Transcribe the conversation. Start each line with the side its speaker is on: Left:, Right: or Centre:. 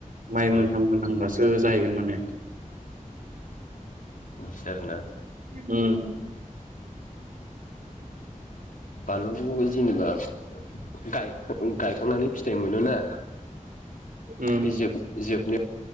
Right: माइ
Left: अ
Right: मोनहां मोनहांबासो जाहैगोन माने।
Left: बिदि आरोना
Right: ओम
Left: बानलुखौ जेनेबा गाय गायखांनानै फिथाइ मोनोना।
Right: उम
Left: बे जोब जोबनो